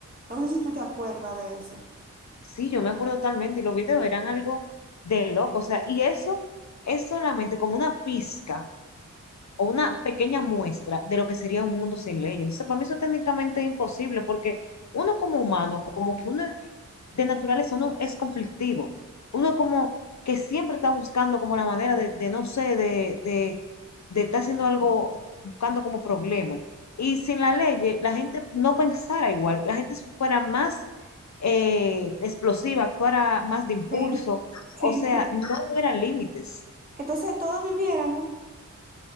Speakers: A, on the right (about 30°); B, on the left (about 60°).
A: No sé si tú te acuerdas de eso.
B: Sí, yo me acuerdo totalmente y los videos eran algo de loco. O sea, y eso es solamente como una pizca o una pequeña muestra de lo que sería un mundo sin ley. Entonces, para mí eso técnicamente es imposible porque uno como humano, como que uno de naturaleza, uno es conflictivo. Uno como que siempre está buscando como la manera de, de, no sé, de, de, de estar haciendo algo, buscando como problemas Y sin la ley, la gente no pensara igual, la gente fuera más eh, explosiva, actuara más de impulso,
A: Sí,
B: o
A: sí,
B: sea,
A: sí.
B: no hubiera límites.
A: Entonces todos viviéramos